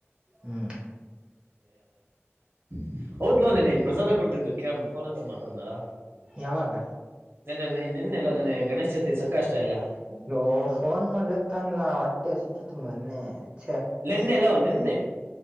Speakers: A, on the right; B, on the right.
A: ಹ್ಮ್
B: ಏನ ಆಯ್ತು ಹೌದ್ ಲೋ ನಿನ್ನೆ ಇಲ್ಲಿ ಪ್ರಸಾದ ಕೊಡ್ತು ಕೇಳಮ್ಫೋನ್ ಆಫರ್ ಹಾಕೊಂಡ ಮಾಡ್ತದ್ನಾರ
A: ಯಾವಾಗ
B: ನನ್ನ ನಿನ್ನೆಲ್ಲ ನನ್ನ ಗಣೇಶ್ ಚತುರ್ಥಿ ಸಂಕಷ್ಟ ಇಲ್ಲಾ
A: ಲೋ ಫೋನ್ ಮಾಡ್ಬೇಕಕ್ ತನ್ಲ ಹೊಟ್ಟೆ ಹಸತಿತ್ತುು ಮೊನ್ನೆ ಛೆ
B: ನಿನ್ನೆಲೋ ನಿನ್ನೆ